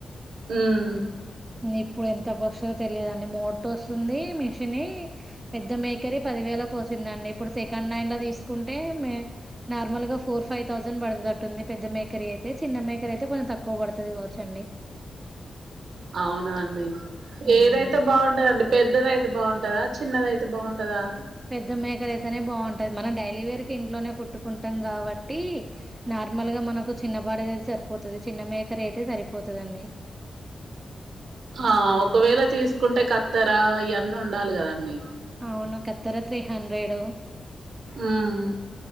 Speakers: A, on the right (about 75°); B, on the right (about 25°).
A: ఊమ్
B: ఇప్పుడు ఎంతకు వస్తదో తెలియాదండీ మోట వస్తుంది మిషన్ పెద్ద మేకరే పది వేలకి వచ్చిందండి ఇప్పుడు సెకండ్ హ్యాండ్ లో తీసుకుంటే నార్మల్ గా ఫోర్ ఫైవ్ థౌసండ్ ప పడుతుది అట్టుంది పెద్ద మేకరీ అయితే చిన్న మేకర అయితే కొంచం తక్కువ పడుతది కావచ్చండి
A: అవునా అండి
B: ఉమ్
A: ఏదైతే బాగుంటాదండీ పెద్దదియితే బాగుంటందా చిన్నది అయితే బాగుంటందా
B: పెద్ద మేకరు అయితేనే బాగుంటది మనం డైలీ వేర్ కి ఇంట్లోనే కుట్టుకుంటాం కాబట్టి నార్మల్ గా మనకు చిన్నపాడద అయితే సరిపోతది చిన్న మేకర్ అయితే సరిపోతదండి
A: ఆ ఒకవేళ తీసుకుంటే కత్తెరా ఇయన్నీ ఉండాలి కద అన్నీ
B: అవును కత్తెర త్రీ హండ్రెడు
A: ఉమ్